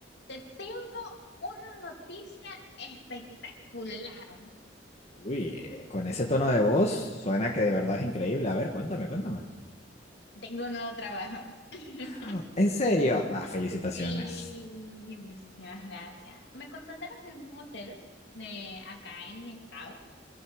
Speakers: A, on the left; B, on the left.
A: Te tengo una noticia espectacular.
B: Uy, eh, con ese tono de voz suena que de verdad es increíble. A ver, cuéntame, cuéntame.
A: Tengo un nuevo trabajo. <laughs>
B: Ah, ¿En serio? Ah, felicitaciones.
A: Sí, muchísimas gracias. Me contrataron en un hotel de acá en mi estado